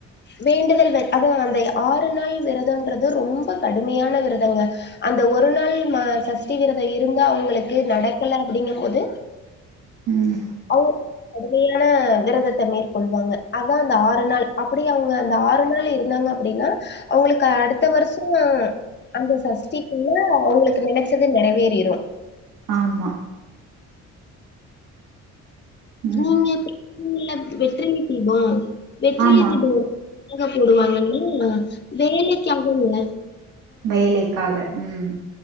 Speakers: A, on the left; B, on the right.
A: வேண்டுதல் வ அத அந்த ஆறு நாள் விரதோன்றது ரொம்ப கடுமையான விரதங்க அந்த ஒரு நாள் ம சஷ்டி விரதோ இருந்து அவுங்களுக்கு நடக்கல அப்டிங்க போது
B: ம்
A: அவுரு கடுமையான விரதத்த மேற்கொள்வாங்க அதா அந்த ஆறு நாள் அப்டி அவுங்க அந்த ஆறு நாள் இருந்தாங்க அப்டின்னா அவுங்களுக்கு அடுத்த வர்ஷோ அந்த சஷ்டி குள்ள அவுங்களுக்கு நெனச்சது நெறவேறிரு
B: ஆமா ம்
A: நீங்க எப் நீங்கல்லா வெற்றிலை தீபோ வெற்றிலை
B: ஆமா
A: தீபோ எங்க போடுவாங்கன்னே வேலைக்காகங்க
B: வேலைக்காக ம்